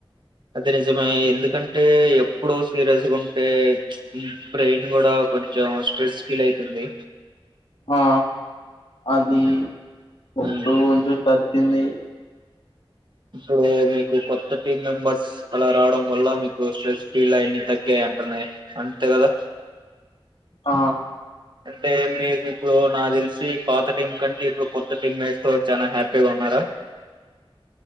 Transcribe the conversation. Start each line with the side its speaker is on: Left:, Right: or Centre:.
Right: అది నిజమే ఎందుకంటే ఎప్పుడు సీరియస్గా ఉంటే బ్రెయిన్ కూడా కొంచెం స్ట్రెస్ ఫీల్ అయితుంది
Left: ఆ అది
Right: అన్
Left: ఇప్పుడు
Right: హ్మ్.
Left: కొంచెం తగ్గింది
Right: ఇప్పుడు మీకు కొత్త టీమ్ మెంబర్స్ అలా రావడం వల్ల మీకు స్ట్రెస్ ఫ్రీల్ అన్ని తగ్గాయి అంటున్నాయి అంతే కదా
Left: ఆ
Right: అంటే మీకు ఇప్పుడు నాకు తెలిసి పాత టీం కంటే ఇప్పుడు కొత్త టీమ్ మేట్స్ త చాలా హ్యాపీగా ఉన్నారా